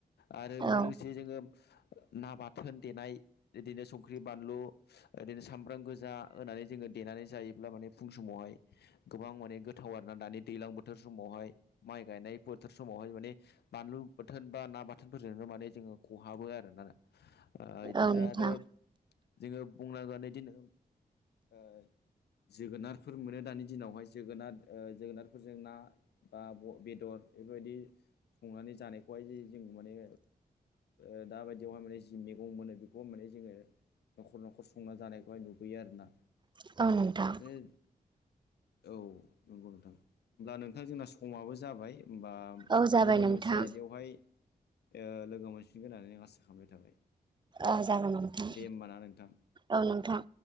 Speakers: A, on the left; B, on the right.
A: आरो बेजों
B: औ
A: लोगोसे जोङो ना बाथोन देनाय इदिनो संख्रि बानलु ओदिनो सामब्राम गोजा होनानै जोङो देनानै जायोब्ला माने फुं समावहाय गोबां माने गोथ थाव आरोना दानि दैलां बोथोर समावहाय माइ गायनाय बोथोर समावहाय माने बानलु बाथोन बा ना बाथोनफोरजोंनो माने जोङो खहाबो आरोना। ओ इदिनो
B: औ नोंथां
A: आरो जोङो बुंनांगोन इदिनो ओ जोगोनारफोर मोनो दानि दिनावहाय जोगोनार। ओ जोगोनारफोरजों ना बा ब बेदर इफोरबायदि संनानै जानायखौहाय जों माने ओ दाबादियावहाय माने जि मैगं मोनो बेखौ माने जोङो न'खर न'खर संना जानायखौहाय नुबोयो आरोना।
B: <unintelligible>
A: माने औ। नंगौ नोंथां होमब्ला नोंथां जोंना समाबो जाबाय होमबा
B: औ जाबाय
A: गुबुन
B: नोंथां
A: मोनसे आयदायावहाय ओ लोगो मोनफिनगोन होननानै आं आसा खामनाय थाबाय।
B: ओं जागोन नोंथां
A: दे होमबा ना नोंथां
B: ओं नोंथां।